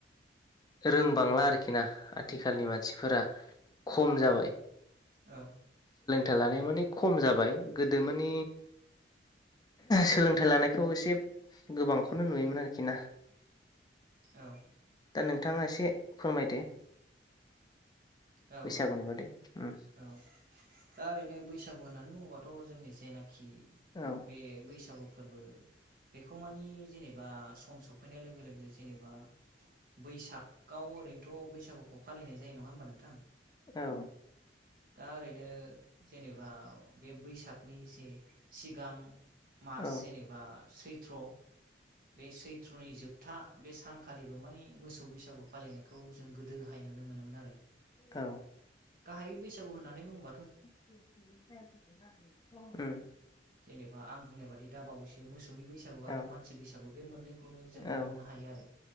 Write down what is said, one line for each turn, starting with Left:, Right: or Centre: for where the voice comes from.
Left: रोंबांला आरोखि ना आथिखालनि मानसिफोरा खम जाबाय
Right: औ
Left: था लानाया म खम जाबाय गोदो मानि सोलोंथाइ लानायखौ एसे गोबांखौनो नुयोमोन आरोखि ना
Right: औ
Left: दा नोंथाङा एसे फोरमायदो।
Right: औ
Left: बैसागुनि
Right: औ
Left: बादै उम
Right: औ दा ओरैनो बैसागु होननानै बुङोबाथ' जोंनि जेनाखि
Left: औ
Right: बे बैसागु फोरबो बेखौ मानि जेनेबा सम सफैनाय लोगो लोगो जेनेबा बैसागाव ओरैनोथ' बैसागुखौ फालिनाय जायो नङा होमबा नोंथां?
Left: औ
Right: दा ओरैनो जेनेबा बे बैसागनि जे सिगां मास
Left: औ
Right: जेनेबा सैथ्र' बे सैथ्रनि जोबथा बे सानखालिबो मानि मोसौ बैसागु फालिनायखौ जों गोदोहाय नुनो मोनोमोन आरो।
Left: औ।
Right: बाहायै बैसागु होननानै बुंब
Left: उम
Right: जेनेबा आं बुंनाय बादि दा बावैसो मोसौनि बैसागु आरो
Left: औ
Right: मानसि बैसागु बे मोननैखौनो जों
Left: औ
Right: मोननो हायो। बे आरो।